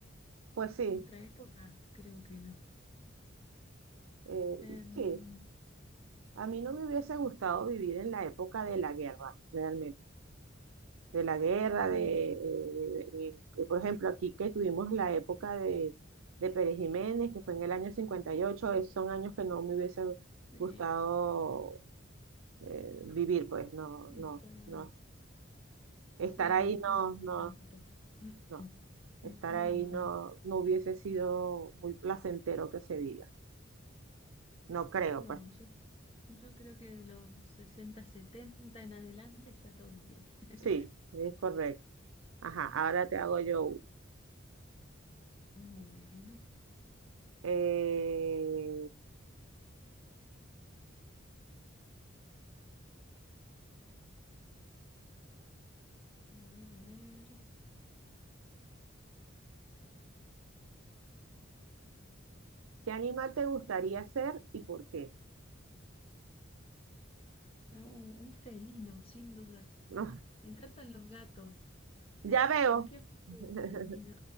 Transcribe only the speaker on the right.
Pues sí.
eh,
sí. A mí no me hubiese gustado vivir en la época de la guerra, realmente, de la guerra, de,
de- de- de- eh, por ejemplo, aquí que tuvimos la época de, de Pérez Jiménez, que fue en el año cincuenta y ocho esos son años que no me hubiese
gustado eh, vivir, pues no,
no,
no. Estar
ahí
no,
no,
no. Estar
ahí
no,
no hubiese sido muy placentero que se diga. No creo,
pues.
Sí, es correcto. Ajá, ahora te hago yo.
Eh,
¿qué animal te gustaría ser y por qué?
No,
ya veo.
<laughs>